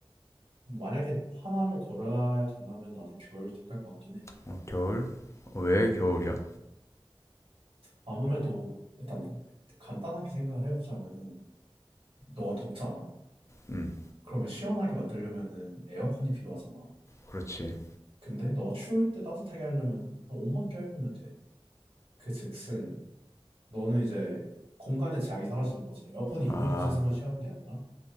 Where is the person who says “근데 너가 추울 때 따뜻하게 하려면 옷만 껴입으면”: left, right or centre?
Right